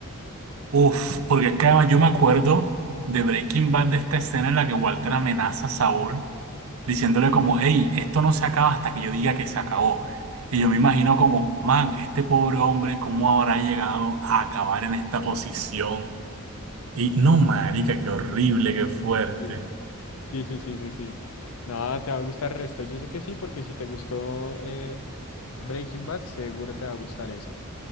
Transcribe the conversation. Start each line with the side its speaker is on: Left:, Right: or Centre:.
Right: Uf, porque es que además yo me acuerdo de Breaking Bad de esta escena en la que Walter amenaza a Saúl diciéndole como, hey, esto no se acaba hasta que yo diga que se acabó. Y yo me imagino como, man, este pobre hombre, ¿cómo habrá llegado a acabar en esta posición? Y no, marica, qué horrible, qué fuerte.
Left: Sí. Sí, sí, sí, sí, sí. Nada, te va a gustar el resto. Yo sé que sí, porque si te gustó eh, Breaking Bad, seguro te va a gustar esa.